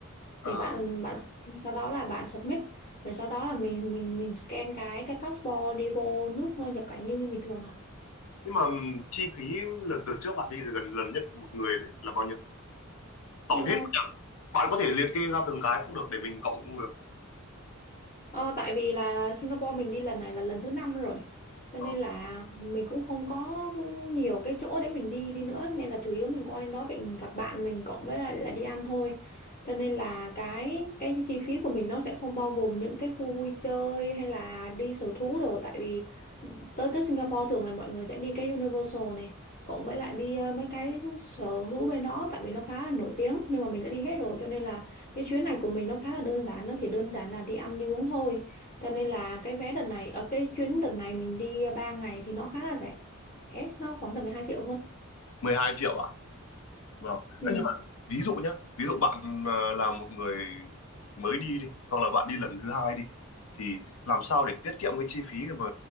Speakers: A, on the left; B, on the left.
A: ờ,
B: thì bạn bạn sau đó là bạn submit rồi sau đó là mình mình mình scan cái cái passport đi vô nước ờ, nhập cảnh như như bình thường à
A: Nhưng mà chi phí lần đợt trước bạn đi thì gần lần nhất một người đấy là bao nhiêu? Tổng
B: Ờ,
A: hết bạn có thể liệt kê ra từng cái cũng được để mình cộng cũng được.
B: Ờ, tại vì là Singapore mình đi lần này là lần thứ năm rồi cho
A: Ờ.
B: nên là mình cũng không có nhiều cái chỗ để mình đi đi nữa nên là chủ yếu mình qua đến đó mình gặp bạn mình cộng với lại là đi ăn thôi cho nên là cái cái chi phí của mình nó sẽ không bao gồm những cái khu vui chơi hay là đi sở thú đồ tại vì tới tới Singapore thường là mọi người sẽ đi cái Universal này cộng với lại đi ờ, mấy cái sở thú bên đó tại vì nó khá là nổi tiếng nhưng mà mình đã đi hết rồi cho nên là cái chuyến này của mình nó khá là đơn giản nó chỉ đơn giản là đi ăn đi uống thôi cho nên là cái vé đợt này ở cái chuyến đợt này mình đi 3 ngày thì nó khá là rẻ nó khoảng tầm 12 triệu thôi
A: 12 triệu à? Vâng.
B: ừ.
A: Đấy, nhưng mà ví dụ nhá, ví dụ bạn ờ, là một người mới đi đi, hoặc là bạn đi lần thứ hai đi, thì làm sao để tiết kiệm cái chi phí mà